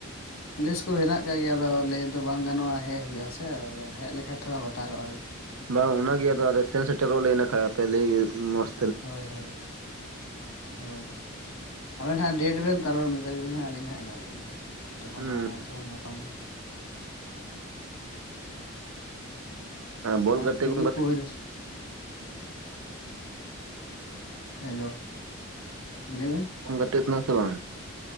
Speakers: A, on the left; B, on the right.
A: ᱯᱞᱮᱥ ᱠᱚ ᱦᱮᱱᱟᱜ ᱟᱠᱟᱫ ᱜᱮᱭᱟ, ᱟᱫᱚ ᱞᱟᱹᱭ ᱫᱚ ᱵᱟᱝ ᱜᱟᱱᱚᱜᱼᱟ ᱦᱮᱡ ᱦᱩᱭᱩᱜᱼᱟ ᱥᱮ, ᱟᱫᱚ ᱦᱮᱡ ᱞᱮᱠᱷᱟᱱ ᱛᱷᱚᱲᱟ ᱵᱟᱛᱟᱨᱚᱜᱼᱟ ᱟᱨᱠᱤ᱾
B: ᱵᱟᱝ ᱚᱱᱟᱜᱮ, ᱟᱫᱚ ᱟᱞᱮ ᱥᱮᱱ ᱥᱮᱴᱮᱨᱚᱜ ᱞᱮ ᱤᱱᱟᱹ ᱠᱷᱟᱡ ᱟᱯᱮ ᱞᱟᱹᱭ ᱢᱚᱸᱥ
A: ᱦᱳᱣ ᱦᱳᱣ ᱾ ᱦᱳᱣ, ᱟᱵᱮᱱ ᱦᱟᱜ ᱰᱮᱴ ᱵᱮᱱ ᱛᱟᱨᱯᱚᱨᱮ ᱢᱮᱛᱟᱧ ᱵᱮᱱ ᱦᱟᱜ ᱟᱹᱞᱤᱧ ᱦᱟᱸᱜ ᱢᱮᱱᱟᱞᱤᱧ ᱜᱮᱭᱟ ᱾ ᱛᱚᱠᱷᱚᱱ
B: ᱦᱩᱸ
A: ᱟᱨᱟᱢ ᱥᱮ ᱵᱚᱱ ᱧᱟᱯᱟᱢᱟ᱾
B: ᱦᱮᱸ ᱵᱚᱞ
A: ᱟᱨ
B: ᱜᱟᱛᱮ
A: ᱠᱤᱫᱩᱵ
B: ᱠᱚ <inaudible>
A: ᱦᱩᱭᱱᱟ ᱦᱮᱞᱳ, ᱞᱟᱹᱭ ᱵᱮᱱ ᱾
B: ᱠᱚᱢ ᱜᱮᱟᱛᱜ ᱠᱟᱱᱟ ᱥᱮ ᱵᱟᱝ?